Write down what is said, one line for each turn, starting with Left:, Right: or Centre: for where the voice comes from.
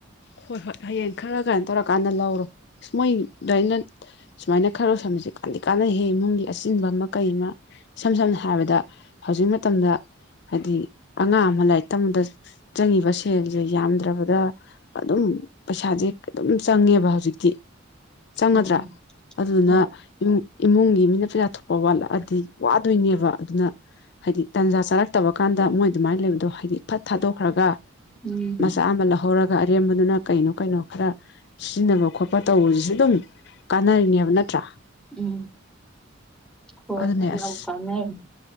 Left: ꯍꯣꯏ ꯍꯣꯏ ꯍꯌꯦꯡ ꯈꯔ ꯀꯔꯤꯅꯣ ꯇꯧꯔꯀꯥꯟꯗ ꯂꯧꯔꯣ ꯁ ꯃꯥꯏ ꯑꯗꯨꯩꯅ ꯁꯨꯃꯥꯏꯅ ꯈꯔ ꯂꯣꯏꯁꯣꯟꯕꯁꯦ ꯀꯥꯟꯗꯤ ꯀꯥꯟꯅꯍꯦ ꯏꯃꯨꯡꯒꯤ ꯑꯆꯤꯟꯕ ꯑꯃ ꯀꯩ ꯑꯃ ꯏꯁꯝ ꯁꯝꯅ ꯍꯥꯏꯔꯕꯗ ꯍꯧꯖꯤꯛ ꯃꯇꯝꯗ ꯍꯥꯏꯗꯤ ꯑꯉꯥꯡ ꯑꯃ ꯂꯥꯏꯔꯤꯛ ꯇꯝꯕꯗ ꯆꯪꯉꯤꯕ ꯁꯦꯜꯁꯦ ꯌꯥꯝꯗ꯭ꯔꯕꯗ ꯑꯗꯨꯝ ꯄꯩꯁꯥꯁꯦ ꯑꯗꯨꯝ ꯆꯪꯉꯦꯕ ꯍꯧꯖꯤꯛꯇꯤ ꯆꯪꯒꯗ꯭ꯔꯥ
Centre: ꯎꯝ
Left: ꯑꯗꯨꯗꯨꯅ
Centre: ꯍꯣꯏ
Left: ꯏꯃꯨꯡꯒꯤ ꯃꯤꯅ ꯄꯩꯁꯥ ꯊꯣꯛꯄ ꯋꯥꯠꯂꯛꯑꯗꯤ ꯋꯥꯗꯣꯏꯅꯦꯕ ꯑꯗꯨꯅ ꯍꯥꯏꯗꯤ ꯇꯥꯟꯖꯥ ꯆꯥꯔꯛꯇꯕ ꯀꯥꯟꯗ ꯃꯣꯏ ꯑꯗꯨꯃꯥꯏꯅ ꯂꯩꯕꯗꯣ ꯍꯥꯏꯗꯤ ꯐꯠ ꯊꯥꯗꯣꯛꯈ꯭ꯔꯒ
Centre: ꯎꯝ
Left: ꯃꯆꯥ ꯑꯃ ꯂꯧꯍꯧꯔꯒ ꯑꯗꯨꯒ ꯑꯔꯦꯝꯕꯗꯨꯅ ꯀꯩꯅꯣ ꯀꯩꯅꯣ ꯈꯔ ꯁꯤꯖꯤꯟꯅꯕ ꯈꯣꯠꯄ ꯇꯧꯕꯁꯤꯁꯨ ꯑꯗꯨꯝ ꯀꯥꯟꯅꯔꯤꯅꯦꯕ ꯅꯠꯇ꯭ꯔꯥ
Centre: ꯎꯝ ꯍꯣꯏ
Left: ꯑꯗꯨꯅꯦ
Centre: ꯌꯥꯝ
Left: ꯑꯁ
Centre: ꯀꯟꯅꯩ ꯫